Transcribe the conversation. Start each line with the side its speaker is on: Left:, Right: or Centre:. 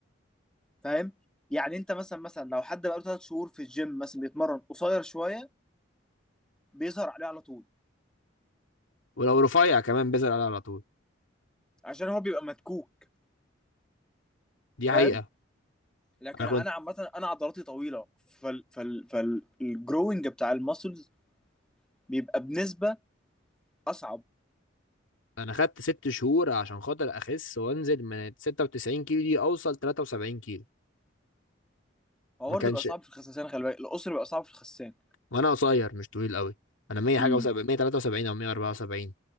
Centre: فاهم يعني انت مثلا مثلا لو حد بقاله ثلاث شهور في الجيم مثلا بيتمرن قصير شويه بيظهر عليه على طول
Left: ولو رفيع كمان بيزعل عليها على طول
Centre: عشان هو بيبقى مدكوك
Left: دي حقيقه
Centre: فاهم لكن
Left: انا كنت
Centre: انا عامه انا عضلاتي طويله فال فال فالجروينج بتاع المسلز بيبقى بنسبه اصعب
Left: انا خدت ست شهور عشان خاطر اخس وانزل من 96 كيلو دي اوصل 73 كيلو
Centre: هو
Left: ما
Centre: برضه
Left: كانش
Centre: بيبقى صعب في الخسسان خلي بالك القصر بيبقى صعب في الخسسان
Left: وانا قصير مش طويل قوي انا 100 حاجه
Centre: امم
Left: و7 173 او 174